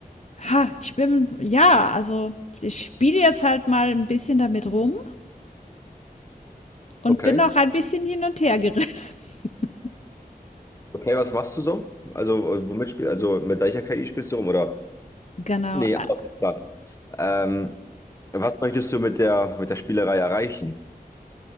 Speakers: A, on the left; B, on the left.
A: Ha, ich bin, ja, also ich spiele jetzt halt mal ein bisschen damit rum und
B: Okay.
A: bin noch ein bisschen hin und her gerissen. <laughs>
B: Okay, was machst du so? Also, äh, womit spiel, also mit welcher KI spielst du rum? Oder?
A: Genau.
B: Nee,
A: A
B: anders ist da. Ähm, was möchtest du mit der mit der Spielerei erreichen?